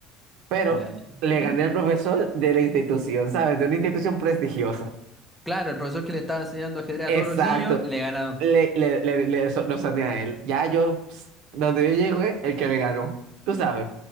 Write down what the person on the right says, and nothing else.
Pero
le
gané al profesor de la institución, ¿sabes? De una institución prestigiosa.
Exacto.
Le, le, le, le- so- lo sané a él. Ya yo, ps, donde yo llego, eh, el que me ganó. Tú sabes.